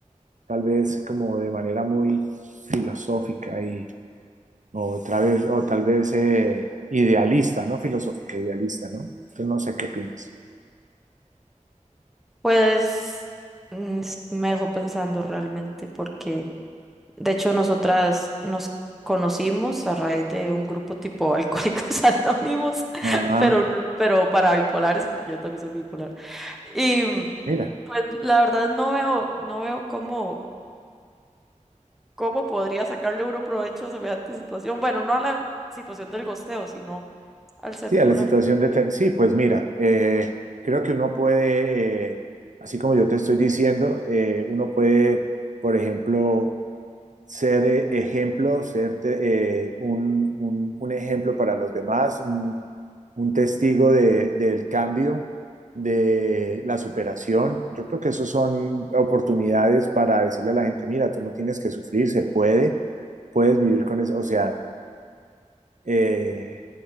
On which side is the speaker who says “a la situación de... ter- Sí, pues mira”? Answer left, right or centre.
Right